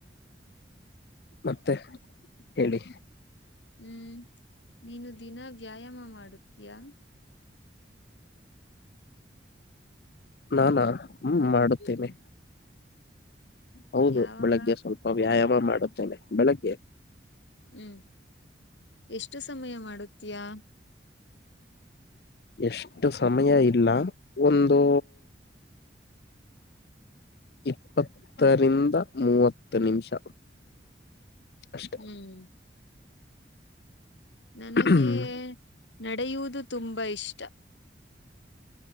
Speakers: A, on the left (about 60°); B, on the left (about 80°).
A: ಮತ್ತೆ ಹೇಳಿ
B: ಹ್ಮ ನೀನು ದಿನ ವ್ಯಾಯಾಮ ಮಾಡತೀಯಾ
A: ನಾನಾ ಹ್ಮ ಮಾಡುತ್ತೇನೆ
B: ಹ್ಮ್
A: ಹೌದು
B: ಯಾವಾಗ
A: ಬೆಳಗ್ಗೆ ಸ್ವಲ್ಪ ವ್ಯಾಯಾಮ ಮಾಡುತ್ತೇನೆ ಬೆಳಗ್ಗೆ
B: ಹ್ಮ್ ಎಷ್ಟು ಸಮಯ ಮಾಡುತ್ತೀಯಾ
A: ಎಷ್ಟು ಸಮಯ ಇಲ್ಲ ಒಂದು
B: ಹ್ಮ್
A: ಇಪ್ಪತ್ತರಿಂದ ಮೂವತ್ತು ನಿಮಿಷ ಅಷ್ಟೆ
B: ಹ್ಮ್ ನನಗೆ
A: ಹ್ಮ್
B: ನಡೆಯುವುದು ತುಂಬಾ ಇಷ್ಟ